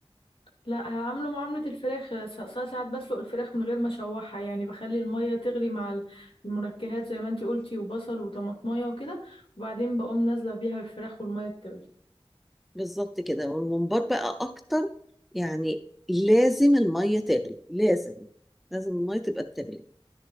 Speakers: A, on the left (about 60°); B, in the centre.
A: لا هعمله معاملة الفراخ س- س- ساعات بسلق الفراخ من غير ما اشوحها يعني بخلي المية تغلي مع ال- المنكهات زي ما انتي قلتي وبصل وطماطمية وكده وبعدين بقوم نازلة بيها الفراخ والمية بتغلي
B: بالظبط كده والممبار بقى اكتر يعني لازم الميه تغلي لازم لازم الميه تبقى بتغلي